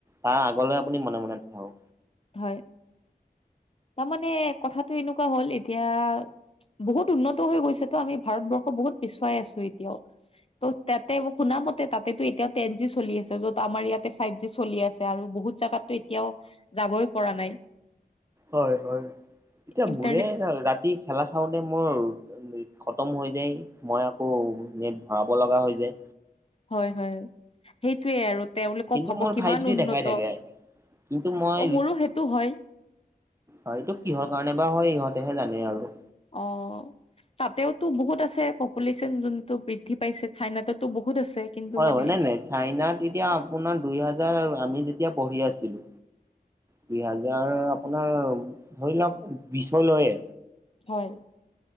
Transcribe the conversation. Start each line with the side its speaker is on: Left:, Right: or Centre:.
Right: তাৰ আগলৈ আপুনি মনে মনে থাকক
Left: হয় তাৰমানে কথাটো এনেকুৱা হ'ল এতিয়া বহুত উন্নত হৈ গৈছে তো আমি ভাৰতবৰ্ষ বহুত পিছুৱাই আছো এতিয়াও ত' তাতে শুনা মতে তাতেটো এতিয়াও টেন জি চলি আছে য'ত আমাৰ ইয়াতে ফাইভ জি চলি আছে। আৰু বহুত জাগাতো এতিয়াও যাবই পৰা নাই।
Right: হয় হয়, এতিয়া
Left: ইন্টাৰনেট
Right: মোৰেই ৰাতি খেলা চাওঁতে মোৰ খতম হৈ যায়, মই আকৌ নেট ভৰাব লগা হৈ যায়।
Left: হয় হয়, সেইটোৱেই আৰু। তেওঁলোকক
Right: কিন্তু
Left: ভাবক
Right: মোৰ
Left: কিমান
Right: ফাইভ জি
Left: উন্নত,
Right: দেখাই থাকে
Left: অ',
Right: কিন্তু মই
Left: মোৰো সেইটো হয়।
Right: অ', এইটো কিহৰ কাৰণে বা হয়, ইহঁতেহে জানে আৰু।
Left: অহ। তাতেও তো বহুত আছে, পপুলেশ্যন যোনতটো বৃদ্ধি পাইছে, চাইনাতোটো বহুত আছে। কিন্তু
Right: হয়
Left: মানে
Right: হয়, নাই নাই, চাইনা তেতিয়া আপোনাৰ দুই হাজাৰ আমি যেতিয়া পঢ়ি আছিলো। দু হাজাৰ আপোনাৰ ধৰি লওক বিশ লয়
Left: হয়